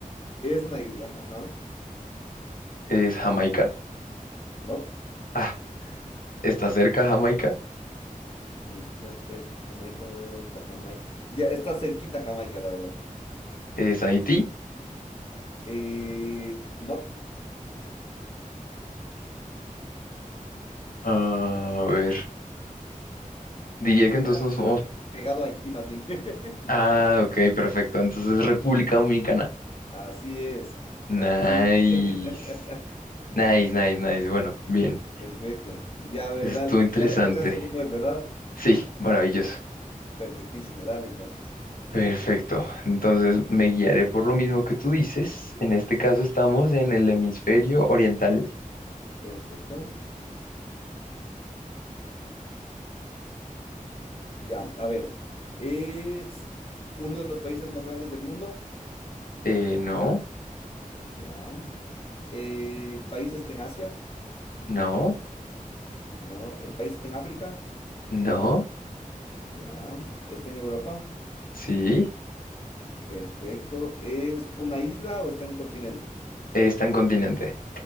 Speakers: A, on the left (about 40°); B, on the left (about 85°).
A: Es una isla, ajá.
B: Es Jamaica.
A: No.
B: Ah, está cerca Jamaica.
A: Está cerca Jamaica, nos vemos a Jamaica. Ya, está cerquita Jamaica, la verdad.
B: Es Haití.
A: Eh, no,
B: A ver, diría
A: está
B: que entonces nos vamos
A: pegado a Haití más bien. <laughs>
B: Ah, ok, perfecto. Entonces, República Dominicana.
A: Así es,
B: Nice.
A: casi. <laughs>
B: Nice, nice, nice. Bueno, bien.
A: Perfecto. Ya, a ver,
B: Eso
A: dale.
B: estuvo interesante.
A: Ya le cachaste cómo es, ¿verdad?
B: Sí, maravilloso.
A: Perfectísimo, dale entonces.
B: Perfecto. Entonces, me guiaré por lo mismo que tú dices. En este caso, estamos en el hemisferio oriental.
A: Perfecto. Ya, a ver. ¿Es uno de los países más grandes del mundo?
B: Eh, no,
A: Ya. Eh, ¿el país está en Asia?
B: no,
A: No. ¿El país está en África?
B: no.
A: Ya. ¿Está en Europa?
B: Sí,
A: Perfecto. ¿Es una isla o está en un continente?
B: está en continente.